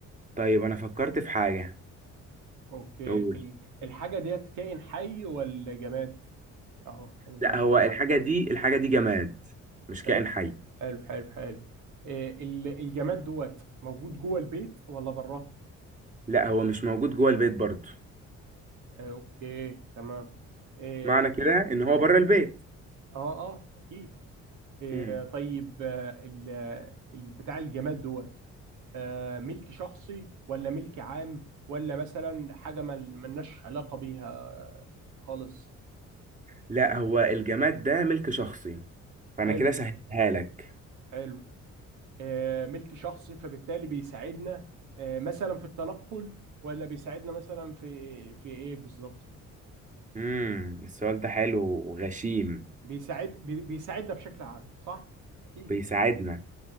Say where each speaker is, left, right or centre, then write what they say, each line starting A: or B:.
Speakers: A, on the right; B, on the right.
A: طيب انا فكرت في حاجة
B: أوكي
A: قول
B: ال- الحاجة ديت كائن حي ولا جماد؟ أهو أنا بقى
A: لا هو
B: بقى-
A: الحاجة دي الحاجة دي جماد مش كائن
B: آه،
A: حي
B: حلو حلو حلو إيه، ال- الجماد دوت موجود جوه البيت ولا بره؟
A: لا هو مش موجود جوه البيت برضه
B: آه، أوكي تمام إيه،
A: معنى كده ان هو بره البيت
B: اه اه اكيد إيه،
A: امم
B: طيب آه، ال- ال- بتاع الجماد دوت آه، ملك شخصي ولا ملك عام ولا مثلا حاجة ما ملناش علاقة بيها آه، خالص
A: لا هو الجماد ده ملك شخصي فانا
B: حلو
A: كده سهلها لك
B: حلو آه، ملك شخصي فبالتالي بيساعدنا آه، مثلا في التنقل ولا بيساعدنا مثلا في في ايه بالظبط
A: امم السؤال ده حلو وغشيم
B: بيساعد بي- بيساعدنا بشكل عام صح اكيد
A: بيساعدنا